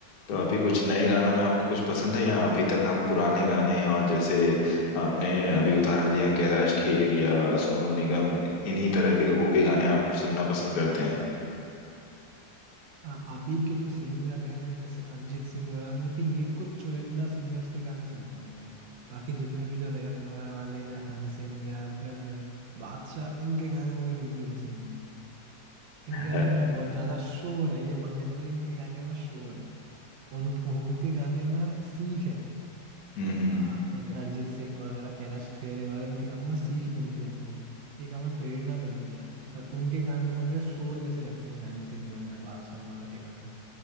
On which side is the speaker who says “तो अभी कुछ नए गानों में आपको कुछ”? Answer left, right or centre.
Left